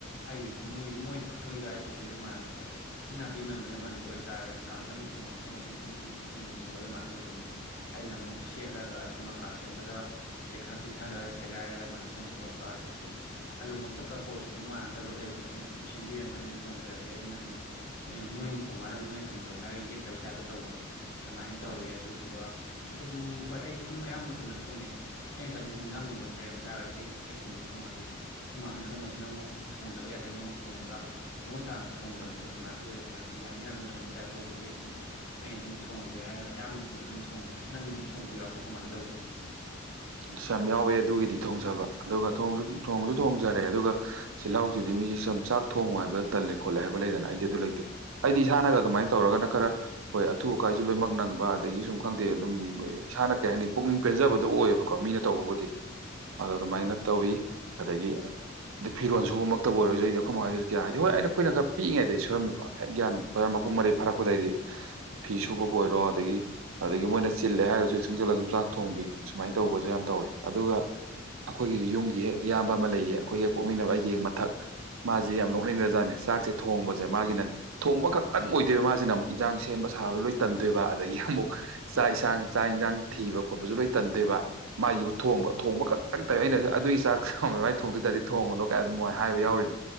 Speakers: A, on the left; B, on the right.
A: ꯑꯩꯒꯤ ꯑꯗꯣ ꯃꯣꯏ ꯃꯣꯏ ꯈꯨꯠꯁꯣꯏꯒ ꯑꯩ ꯈꯨꯠꯁꯣꯏꯒ ꯃꯥꯟꯗ ꯍꯣꯏ ꯅꯥꯄꯤ ꯃꯟꯕꯅ ꯃꯟꯕ ꯑꯣꯏꯕꯇꯥꯔꯦ ꯍꯪꯒꯥꯝꯗꯪ ꯊꯣꯡꯉꯁꯨ ꯃꯣꯏꯗꯤ ꯃꯄꯨꯝ ꯄꯨꯝ ꯊꯣꯡꯅꯤꯡꯕ ꯑꯗꯨꯃꯥꯏ ꯑꯣꯏꯕꯒꯤ ꯑꯩꯅ ꯑꯃꯨꯛ ꯁꯦꯠꯂꯒ ꯑꯗꯨꯝ ꯃꯀꯥ ꯁꯦꯠꯂꯒ ꯑꯗꯩ ꯈꯔ ꯄꯤꯛꯊꯜꯂꯒ ꯁꯦꯒꯥꯏꯔꯒ ꯑꯗꯨꯃꯥꯏꯅ ꯊꯣꯡꯕ ꯈꯣꯠꯄ ꯑꯗꯒꯤ ꯑꯥꯂꯨꯃꯛꯇ ꯀꯛꯄ ꯑꯣꯏꯔꯁꯨ ꯑꯗꯨꯝ ꯃꯥꯟꯅꯗꯕ ꯂꯩꯕꯗꯣ ꯑꯩꯅ ꯑꯗꯨꯝ ꯁꯦꯝꯕꯤꯔꯅꯨ ꯑꯩ ꯑꯗꯨꯝ ꯊꯣꯡꯖꯔꯒꯦ ꯅꯣꯏ ꯑꯗꯨꯝ ꯅꯣꯏꯅ ꯊꯣꯡꯀꯥꯟꯗ ꯅꯣꯏ ꯊꯣꯡꯖꯧ ꯍꯥꯏꯔꯒ ꯌꯦꯠꯇꯕ ꯇꯥꯏꯞꯇ ꯇꯧꯕꯗꯣ ꯑꯗꯨꯃꯥꯏꯅ ꯇꯧꯋꯦ ꯑꯗꯨꯗꯨꯒ ꯑꯗꯨꯝ ꯍꯣꯏ ꯑꯩꯁꯨ ꯑꯗꯨꯝ ꯑꯌꯥꯝꯕ ꯃꯇꯝꯗ ꯊꯨꯡꯉꯦ ꯑꯩꯅ ꯆꯥꯅꯤꯡꯕ ꯑꯦꯛꯖꯥꯝꯒꯨꯝꯕꯩ ꯂꯩꯔꯝ ꯇꯥꯔꯒꯗꯤ ꯑꯩ ꯑꯩꯁꯤꯃꯗꯤ ꯊꯣꯡꯉꯒꯦ ꯈꯣꯏ ꯃꯥ ꯍꯣꯏꯅ ꯊꯣꯡꯕꯁꯤꯅ ꯑꯃꯨꯛ ꯊꯣꯡꯗꯕ ꯌꯥ ꯃꯑꯣꯗ ꯊꯣꯡꯉꯒ ꯃꯃꯨꯠ ꯇꯥꯅ ꯊꯣꯡꯗꯕꯗꯣ ꯑꯗꯨꯃꯥꯏꯅ ꯑꯣꯏꯌꯦꯕ ꯍꯥꯏꯗꯤ ꯌꯥꯅ ꯌꯥꯅꯕ ꯊꯣꯡꯕ ꯇꯥꯏꯞꯇ ꯇꯧꯕꯒꯤ ꯑꯗꯨꯝ ꯑꯩꯅ ꯑꯗꯨꯝ ꯊꯣꯡꯉꯒꯦ ꯍꯥꯏꯔꯅ ꯑꯌꯥꯝꯕ ꯃꯇꯝꯗ ꯑꯗꯨꯝ ꯊꯣꯡꯉꯤꯗ ꯅꯪꯒꯤ ꯑꯗꯨꯝ ꯊꯣꯡꯕ ꯌꯥꯎꯕ꯭ꯔꯣ ꯀꯃꯥꯏ ꯇꯧꯒꯦ
B: ꯑꯁ ꯌꯥꯝ ꯌꯥꯎꯋꯦ ꯑꯗꯨꯒꯤꯗꯤ ꯊꯣꯡꯖꯕ ꯑꯗꯨꯒ ꯊꯣꯡꯁꯨ ꯊꯣꯡꯖꯔꯦ ꯑꯗꯨꯒ ꯆꯤꯜꯍꯥꯎꯁꯤꯗꯤ ꯃꯤꯁꯦ ꯁꯨꯝ ꯆꯥꯛ ꯊꯣꯡꯉꯨ ꯍꯥꯏꯕ ꯇꯜꯂꯦ ꯈꯣꯠꯂꯦ ꯍꯥꯏꯕ ꯂꯩꯗꯅ ꯑꯩꯗꯤ ꯑꯗꯨ ꯂꯩꯇꯦ ꯑꯩꯗꯤ ꯏꯁꯥꯅꯒ ꯑꯗꯨꯃꯥꯏ ꯇꯧꯔꯒꯅ ꯈꯔ ꯍꯣꯏ ꯑꯊꯨ ꯑꯀꯥꯏꯁꯨ ꯂꯣꯏꯅꯃꯛ ꯅꯪꯕ ꯑꯗꯒꯤ ꯁꯨꯝ ꯈꯪꯗꯦ ꯑꯗꯨꯝ ꯏꯁꯥꯅ ꯀꯩ ꯍꯥꯏꯅꯤ ꯄꯨꯛꯅꯤꯡ ꯄꯦꯟꯖꯕꯗꯣ ꯑꯣꯏꯌꯦꯕ ꯀꯣ ꯃꯤꯅ ꯇꯧꯕꯕꯨꯗꯤ ꯑꯗꯣ ꯑꯗꯨꯃꯥꯏꯅ ꯇꯧꯋꯤ ꯑꯗꯒꯤ ꯑꯗ ꯐꯤꯔꯣꯟ ꯁꯨꯕꯃꯛꯇ ꯑꯣꯏꯔꯖꯩꯗꯤ ꯑꯩꯈꯣꯏ ꯃꯈ ꯍꯥꯏꯗꯁꯨ ꯀꯌꯥ ꯍꯥꯏꯗꯤ ꯍꯣꯏꯩꯅꯈꯣꯏꯅ ꯈ ꯄꯛꯏꯉꯩꯗꯒꯤ ꯁꯨꯔꯃꯤꯀꯣ ꯍꯦꯛ ꯒꯌꯥꯟ ꯇꯔ ꯃꯄꯨꯡ ꯃꯔꯩ ꯐꯥꯔꯛꯄꯗꯩꯗꯤ ꯐꯤ ꯁꯨꯕꯕꯨ ꯑꯣꯏꯔꯣ ꯑꯗꯒꯤ ꯑꯗꯒꯤ ꯃꯣꯏꯅ ꯆꯤꯜꯂꯦ ꯍꯥꯏꯔꯒꯁꯨ ꯍꯦꯛ ꯆꯪꯁꯤꯜꯂ ꯑꯗꯨꯨꯝ ꯆꯥꯛ ꯊꯣꯡꯕꯤ ꯁꯨꯃꯥꯏꯅ ꯇꯧꯕꯖꯦ ꯌꯥꯝ ꯇꯧꯋꯦ ꯑꯗꯨꯒ ꯑꯩꯈꯣꯏꯒꯤꯁꯨ ꯌꯨꯝꯒꯤ ꯍꯦꯛ ꯏꯌꯥꯝꯕ ꯑꯃ ꯂꯩꯌꯦ ꯑꯩꯈꯣꯏ ꯍꯦꯛ ꯄꯣꯛꯃꯤꯟꯅꯕ ꯑꯩꯒꯤ ꯍꯦꯛ ꯃꯊꯛ ꯃꯥꯖꯤ ꯌꯥꯝ ꯅꯣꯛꯅꯤꯡꯈ꯭ꯔꯖꯥꯠꯅꯤ ꯆꯥꯛꯁꯦ ꯊꯣꯡꯕꯁꯦ ꯃꯥꯒꯤꯅ ꯊꯣꯡꯕ ꯈꯛꯇꯪ ꯑꯣꯏꯗꯣꯏꯕ ꯃꯥꯁꯤꯅ ꯑꯃꯨꯛ ꯏꯟꯖꯥꯡ ꯁꯦꯝꯕ ꯁꯥꯕ ꯂꯣꯏ ꯇꯟꯗꯣꯏꯕ ꯑꯗꯒꯤ ꯑꯃꯨꯛ ꯆꯥꯛ ꯌꯦꯟꯁꯥꯡ ꯆꯥꯛ ꯌꯦꯟꯁꯥꯡ ꯊꯤꯕ ꯈꯣꯠꯄꯁꯨ ꯂꯣꯏ ꯇꯟꯗꯣꯏꯕ ꯃꯥꯒꯤꯕꯨ ꯊꯣꯡꯕ ꯊꯣꯡꯕ ꯈꯛꯇꯪ ꯇꯥꯏꯋ ꯑꯩꯅꯁꯨ ꯑꯗꯨꯒꯤ ꯆꯥꯛꯁ ꯃꯥꯏꯅ ꯊꯣꯡꯗꯣꯏ ꯇꯔꯗꯤ ꯊꯣꯡꯉꯅꯨ ꯑꯗꯨꯃ ꯍꯥꯏꯕ ꯌꯥꯎꯔꯤꯅꯤ